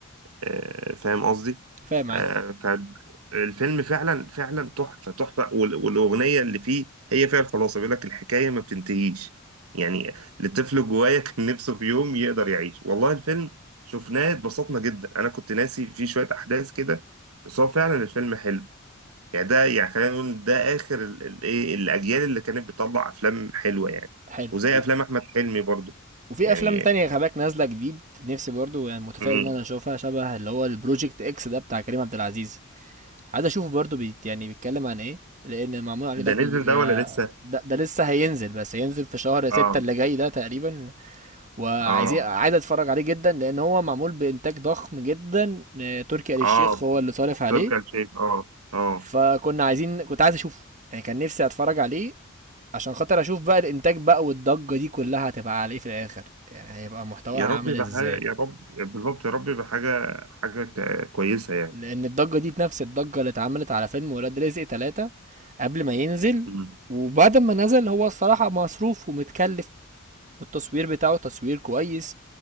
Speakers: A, on the right (about 85°); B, on the right (about 35°).
A: آه، فاهم قصدي
B: فاهم معاك
A: آه، فالفيلم فعلا فعلا تحفة تحفة وال- والأغنية اللي فيه هي فيها الخلاصة بيقول لك الحكاية ما بتنتهيش يعني لطفل جوايا <laughs> كان نفسه في يوم يقدر يعيش والله الفيلم شفناه اتبسطنا جدا أنا كنت ناسي فيه شوية أحداث كده بس هو فعلا الفيلم حلو يعني ده يعني خلينا نقول ده آخر ال- ال- إيه الأجيال اللي كانت بتطلع أفلام حلوة يعني
B: حلو
A: وزي
B: و...
A: أفلام أحمد حلمي برضو
B: وفي
A: يعني
B: افلام تانية خلي بالك نازله جديد نفسي برضو يعني متفائل
A: مم.
B: ان انا اشوفها شبه اللي هو البروجكت اكس ده بتاع كريم عبد العزيز عايز اشوفه برضو بيت يعني بيتكلم عن ايه لان معمول عليه ضجه
A: ده نزل
B: ج-
A: ده ولا لسه؟
B: ده, ده لسه هينزل بس هينزل في شهر ستة
A: آه
B: اللي جاي ده تقريبا وعايزين
A: آه
B: عايز اتفرج عليه جدا لان هو معمول بانتاج ضخم جدا آه، تركي آل الشيخ
A: اه
B: هو اللي صارف عليه
A: تركي آل الشيخ اه اه
B: فكنا عايزين كنت عايز اشوفه يعني كان نفسي اتفرج عليه عشان خاطر اشوف بقى الانتاج بقى والضجة دي كلها هتبقى على ايه في الاخر يعني هيبقى محتواها
A: يا
B: عامل
A: رب يبقى
B: ازاي
A: حاجة يا رب بالظبط يا رب يبقى حاجة حاجة ك- كويسة يعني
B: لان الضجة دي نفس الضجة اللي اتعملت على فيلم ولاد رزق تلاتة قبل ما ينزل
A: مم.
B: وبعد ما نزل هو الصراحة مصروف ومتكلف والتصوير بتاعه تصوير كويس